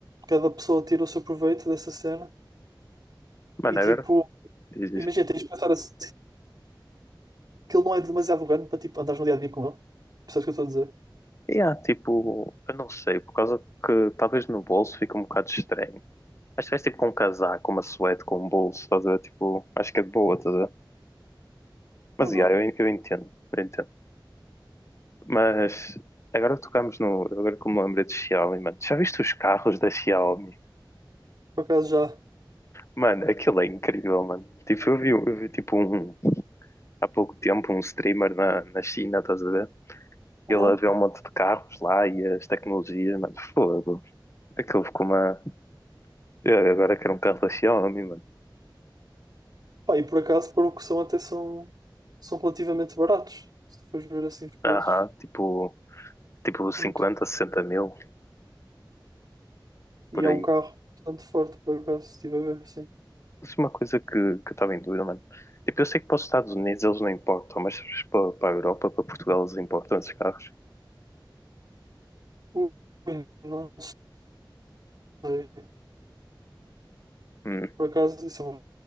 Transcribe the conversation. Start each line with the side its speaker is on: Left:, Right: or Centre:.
Right: cada pessoa tira o seu proveito dessa cena
Left: Mano,
Right: e tipo,
Left: agora diz isso.
Right: imagina, tens de pensar assim, que ele não é demasiado grande para tipo andares no dia a dia com ele, percebes o que eu estou a dizer?
Left: E há tipo, eu não sei, por causa que talvez no bolso fica um bocado estranho. Acho que vais tipo com um casaco, uma suéte com um bolso, estás a ver? Tipo, acho que é de boa, estás a ver? Mas
Right: Uhum,
Left: yeah, eu, eu entendo, eu entendo. Mas agora que tocamos no. Agora como me lembrei de Xiaomi, mano. Já viste os carros da Xiaomi?
Right: por acaso já.
Left: Mano, aquilo é incrível, mano. Tipo, eu vi, eu vi tipo um, há pouco tempo um streamer na, na China, estás a ver?
Right: Uhum.
Left: Ele a ver um monte de carros lá e as tecnologias, mano, fogo. Aquilo ficou uma. Eu agora quero um carro da Xiaomi, mano.
Right: Pá, e por acaso, para o que são, até são, são relativamente baratos. Se tu fores ver assim os preços,
Left: Aham, tipo, tipo 50,
Right: são muito-
Left: 60 mil, por
Right: e é
Left: aí.
Right: um carro bastante forte, por acaso, se estive a ver assim.
Left: Isso é uma coisa que, que eu estava em dúvida, mano. Tipo, eu sei que para os Estados Unidos eles não importam, mas para, para a Europa, para Portugal, eles importam esses carros.
Right: Ui, não sei.
Left: Hum.
Right: Por acaso, isso é uma